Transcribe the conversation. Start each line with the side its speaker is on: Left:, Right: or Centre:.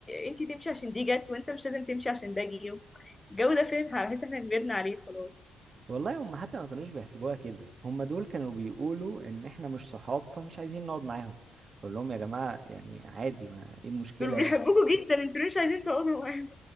Left: انت تمشي عشان دي جت وانت مش لازم تمشي عشان ده جه الجو ده فاهم هحس احنا كبرنا عليه خلاص
Right: والله هم حتى ما كانوش بيحسبوها كده هم دول كانوا بيقولوا ان احنا مش صحاب فمش عايزين نقعد معاهم بقول لهم يا جماعة يعني عادي ما ايه المشكلة
Left: دول بيحبوكوا
Right: يعني
Left: جدا انتوا ليه مش عايزين تقعدوا معاهم